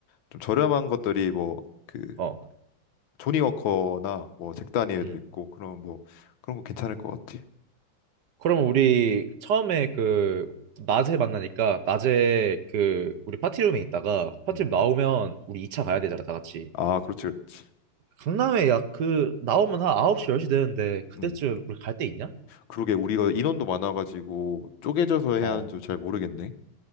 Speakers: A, on the left; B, on the right.
A: 좀 저렴한 것들이 뭐그
B: 어,
A: 조니 워커나 뭐 잭 다니엘도
B: 음.
A: 있고 그런 뭐 그런 거 괜찮을 것 같아.
B: 그럼 우리 처음에 그 낮에 만나니까 낮에 그 우리 파티룸에 있다가 파티룸
A: 음.
B: 나오면 우리 2차 가야 되잖아, 다 같이.
A: 아, 그렇지. 그렇지.
B: 강남에 야, 그 나오면 한 9시, 10시 되는데 그때쯤
A: 음.
B: 우리 갈 데 있냐?
A: 그러게 우리가 인원도 많아가지고 쪼개져서 해야
B: 어.
A: 하는지 잘 모르겠네.